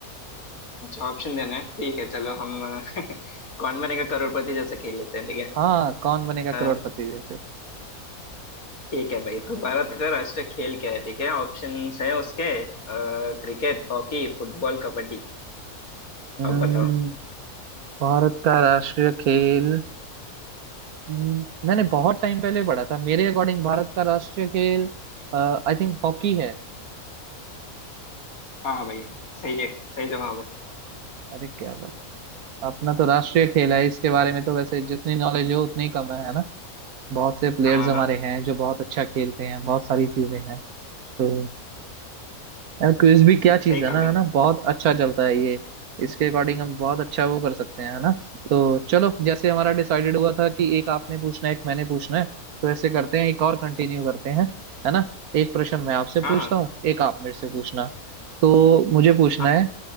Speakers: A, on the left; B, on the right.
A: अच्छा ऑप्शन देना है ठीक है चलो हम <laughs> कौन बनेगा करोड़पति जैसा खेल लेते हैं ठीक है
B: हाँ कौन बनेगा करोड़पति
A: अ,
B: जैसे
A: ठीक है भाई तो भारत का राष्ट्रीय खेल क्या है ठीक है ऑप्शंस है उसके क्रिकेट हॉकी फुटबॉल कबड्डी
B: हम्म,
A: अब बताओ
B: भारत का राष्ट्रीय खेल हम्म, मैंने बहुत टाइम पहले पढ़ा था मेरे अकॉर्डिंग भारत का राष्ट्रीय खेल आई थिंक हॉकी है
A: हाँ भाई सही है सही जवाब है
B: अरे क्या बात अपना तो राष्ट्रीय खेल है इसके बारे में तो वैसे जितनी नॉलेज हो उतनी कम है है ना बहुत से प्लेयर्स
A: हाँ हाँ,
B: हमारे
A: हाँ,
B: हैं जो बहुत अच्छा खेलते हैं बहुत सारी चीजें हैं तो यार क्विज भी क्या चीज
A: सही
B: है
A: कहा
B: ना
A: भाई
B: है ना बहुत अच्छा चलता है ये इसके अकॉर्डिंग हम बहुत अच्छा वो कर सकते हैं है ना तो चलो जैसे हमारा डिसाइडेड हुआ था कि एक आपने पूछना है एक मैंने पूछना है तो ऐसे करते हैं एक और कंटिन्यू करते हैं है ना एक प्रश्न मैं आपसे
A: हाँ
B: पूछता
A: हाँ
B: हूँ एक आप मेरे से पूछना तो मुझे पूछना
A: हाँ
B: है